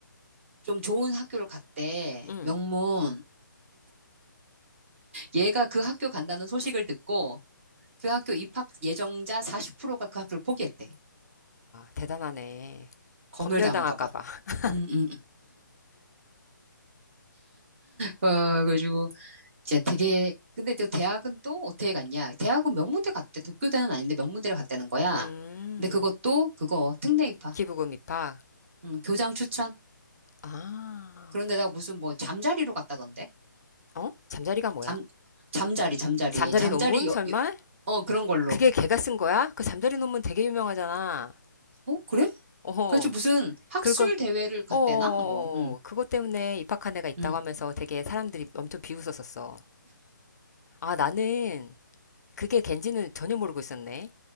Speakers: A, on the right (about 40°); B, on the left (about 55°).
A: 좀 좋은 학교를 갔대.
B: 어음음음와
A: 명문. 얘가 그 학교 간다는 소식을 듣고 그 학교 입학 예정자 40%가 그 학교를 포기했대.
B: 대단하네
A: 검열당할까
B: 검열당할까
A: 봐.
B: 봐 <laughs>
A: 음, 음. 어, 그래가지고 이제 되게 근데 또 대학은 또 어떻게 갔냐? 대학은 명문대 갔대. 도쿄대는 아닌데 명문대를 갔다는 거야.
B: 음
A: 근데 그것도 그거 특례 입학.
B: 기부금 입학
A: 음, 교장 추천.
B: 아
A: 그런데다가 무슨 뭐 잠자리로 갔다던데.
B: 어? 잠자리가 뭐야?
A: 잠 잠자리 잠자리
B: 잠자리
A: 잠자리
B: 논문
A: 여,
B: 설마?
A: 여- 어 그런 걸로.
B: 그게 걔가 쓴 거야? 그 잠자리 논문 되게 유명하잖아
A: 어 그래?
B: 어허
A: 그래서 무슨 학술
B: 그리고
A: 대회를 갔대나
B: 어
A: 뭐. 응.
B: 그것 때문에 입학한 애가 있다고
A: 응.
B: 하면서 되게 사람들이 엄청 비웃었었어. 아, 나는 그게 걘지는 전혀 모르고 있었네.